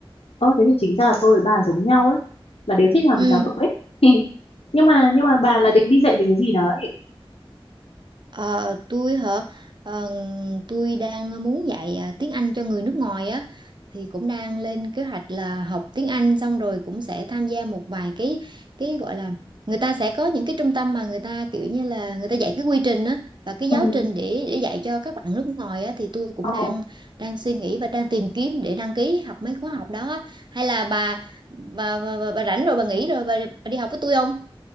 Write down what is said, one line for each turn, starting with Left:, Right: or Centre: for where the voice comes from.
Left: ờ thế thì chính ra là tôi với bà giống nhau ấy là đều thích làm
Right: ừ
Left: giáo dục ấy <laughs> nhưng mà nhưng mà bà là định đi dạy về cái gì đấy
Right: Ờ, tôi hả? Ờ, tôi đang muốn dạy à, tiếng Anh cho người nước ngoài á thì cũng đang lên kế hoạch là học tiếng Anh xong rồi cũng sẽ tham gia một vài cái cái gọi là người ta sẽ có những cái trung tâm mà người ta kiểu như là người ta dạy cái quy trình á và cái giáo
Left: ừ
Right: trình để để dạy cho các bạn nước ngoài á thì tôi cũng
Left: ờ
Right: đang đang suy nghĩ và đang tìm kiếm để đăng ký học mấy khóa học đó á. Hay là bà bà, bà, bà, bà rảnh rồi bà nghỉ rồi bà, bà đi học với tôi không?